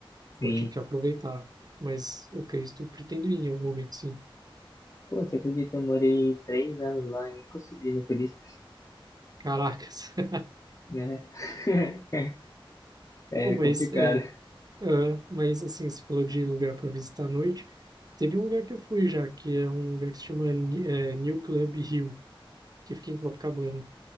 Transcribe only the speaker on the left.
Sim.
Pô, você acredita, eu morei três anos lá e nunca subi no Cristo,
né? <laughs> É
complicado.